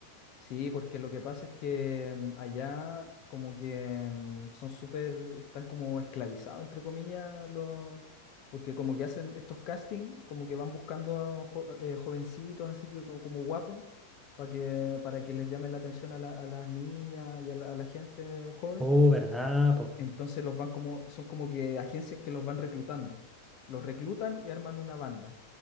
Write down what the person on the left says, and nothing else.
Sí, porque lo que pasa es que mm, allá como que mm, son súper, están como esclavizados, entre comillas, los, porque como que hacen estos castings, como que van buscando a jo- eh, jovencitos, así que como, como guapos, para que, para que les llamen la atención a la- a las niñas y a la a la gente joven.
Entonces los van como, son como que agencias que los van reclutando. Los reclutan y arman una banda.